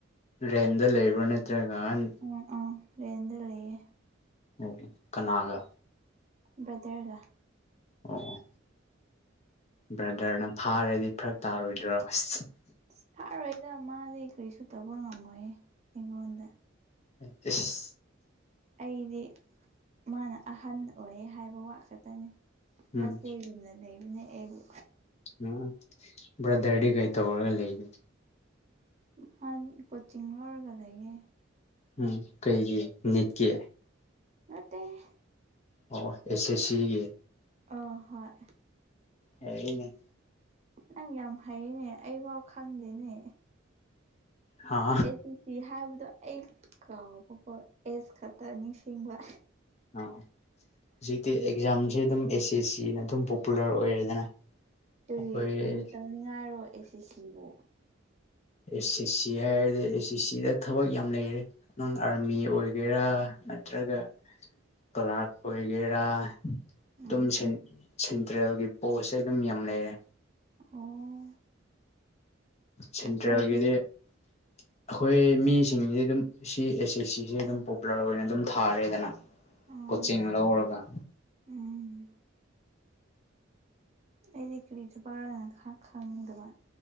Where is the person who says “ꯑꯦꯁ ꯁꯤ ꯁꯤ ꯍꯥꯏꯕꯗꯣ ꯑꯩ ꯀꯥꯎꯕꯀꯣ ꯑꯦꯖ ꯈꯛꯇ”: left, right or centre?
Right